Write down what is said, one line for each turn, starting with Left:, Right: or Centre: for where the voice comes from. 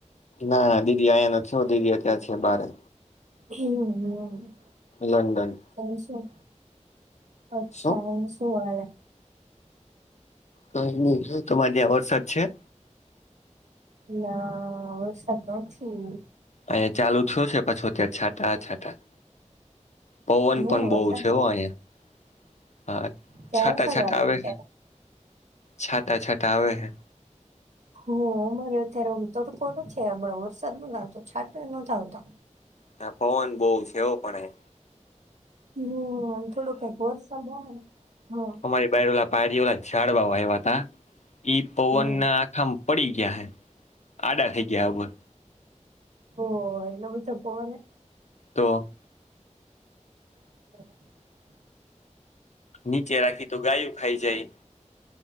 Left: ના ના દીદી અહીંયા નથી હો દીદી અત્યારે છે બારે
Right: હમ હમ
Left: લંડન
Right: એમ શું? અચ્છા
Left: શું
Right: એ શું હલ આય.
Left: કાંઇ નહીં તમારે ત્યાં વરસાદ છે.
Right: ના વરસાદ તો નથી.
Left: અહીંયા ચાલુ થયો છે પાછો ત્યાં છાંટા છાંટા પવન
Right: હે
Left: પણ
Right: વરસાદ
Left: બહુ છે
Right: આવે
Left: હો અહીયા હા
Right: ત્યાં
Left: છાંટા
Right: વરસાદ
Left: છાંટા આવે
Right: અત્યારે
Left: છે. છાંટા છાંટા આવેે હય.
Right: હમમ અમારે અત્યારે તડકો નથી છે આો વરસાદ ન આવતો છાંટો નથી આવતો.
Left: હ પવન બહુ છે એવો પણ એ
Right: હમ થોડો કઈક વરસાદ આવે ને હા
Left: <unintelligible> ઓ ઝાડ વા આવ્યા હતા ઈ પવન
Right: હમ
Left: ના આખા. પડી ગયા હે આડા થઈ ગયા બર
Right: ઓહ એટલો ઊંચો પવન હે
Left: તો
Right: હમ
Left: નીચે રાખી તો ગાયું ખાઈ જાય.